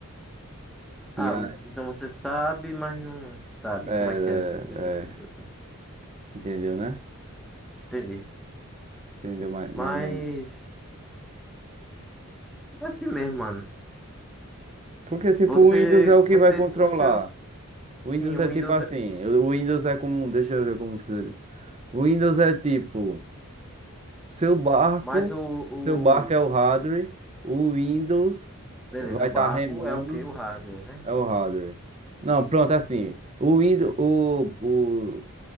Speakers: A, in the centre; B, on the right.
A: Ah,
B: E a-
A: vo- então você sabe, mas não sabe
B: é,
A: como é que é essa- esse
B: é,
A: tipo
B: é,
A: de coisa.
B: entendeu, né?
A: Entendi.
B: Entendeu mais,
A: Mas.
B: mais ou menos.
A: É Assim mesmo, mano.
B: Porque, tipo,
A: Você,
B: o Windows é o que
A: você,
B: vai controlar.
A: os seus,
B: O
A: sim,
B: Windows
A: o
B: é
A: Windows,
B: tipo assim,
A: é-
B: o Windows é como, deixa eu ver como se... O Windows é tipo, seu barco,
A: mas o, o,
B: o seu barco é o hardware, o Windows
A: beleza,
B: vai
A: o barco
B: estar remando,
A: é o quê? O hardware, né?
B: é o hardware. Não, pronto, assim, o Windows, o, o,